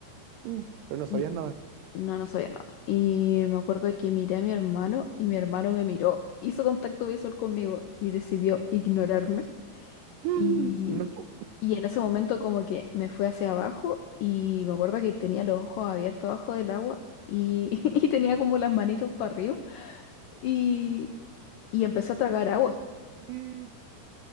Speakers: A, on the right; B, on the left.
A: Mm, Pero no
B: Y
A: sabías nadar.
B: no, no sabía nadar. Y me acuerdo que miré a mi hermano y mi hermano me miró, hizo contacto visual conmigo y decidió ignorarme.
A: <laughs>
B: Y,
A: <gasps> No.
B: y en ese momento como que me fui hacia abajo y me acuerdo que tenía los ojos abiertos abajo del agua y, <laughs> y tenía como las manitos para arriba y, y empecé a tragar agua.
A: ¿Qué?